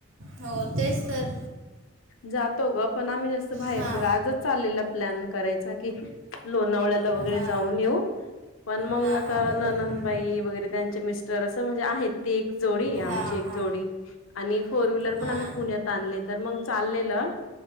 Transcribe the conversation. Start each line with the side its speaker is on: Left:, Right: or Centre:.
Right: हो तेच तर
Left: जातो ग पण आम्ही जस्ं बाहेर
Right: हां
Left: बघा आजच चाललेला प्लॅन करायचा की लोणावळ्याला वगैरे
Right: हां
Left: जाऊन येऊ पण मग
Right: हां
Left: आता
Right: हां बरोबर
Left: नन ताई वगैरे त्यांचे मिस्टर असं म्हणजे आहेत ती जोडी
Right: हां
Left: आमची एक
Right: हां
Left: जोडी आणि फोर व्हीलर
Right: हां
Left: पण आम्ही पुण्यात आणले तर मग चाललेलं